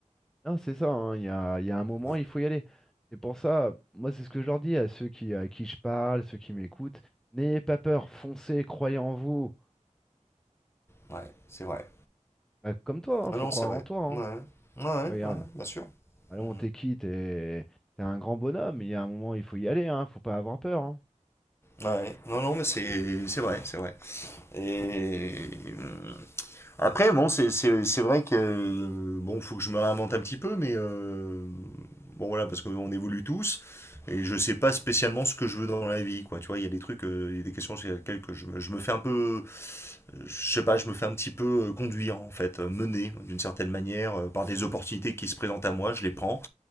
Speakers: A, in the centre; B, on the left.
A: Non, c'est ça. hein, Il y a, il y a un moment,
B: Ouais,
A: il faut y aller. C'est pour ça, moi, c'est ce que je leur dis à ceux qui, à qui je parle, ceux qui m'écoutent. N'ayez pas peur, foncez, croyez en vous.
B: ouais, c'est vrai.
A: Bah, comme toi, hein,
B: Ah
A: faut
B: non,
A: croire
B: c'est vrai.
A: en toi. hein.
B: Ouais, ouais, ouais,
A: Regarde.
B: ouais, bien sûr.
A: Allons,
B: Mhm.
A: t'es qui? T'es t'es un grand bonhomme. Il y a un moment, il faut y aller. Hein, faut pas avoir peur. hein.
B: Ouais, non, non, mais c'est c'est vrai, c'est vrai. Et
A: C'est-
B: mmh. Après, bon, c'est c'est c'est vrai que bon, faut que je me réinvente un petit peu, mais euh, bon voilà, parce qu'on évolue tous et je sais pas spécialement ce que je veux dans la vie, quoi. Tu vois, il y a des trucs, euh, il y a des questions sur lesquelles que je, me- je me fais un peu, je sais pas, je me fais un petit peu euh, conduire en fait, euh, mener d'une certaine manière euh, par des opportunités qui se présentent à moi, je les prends,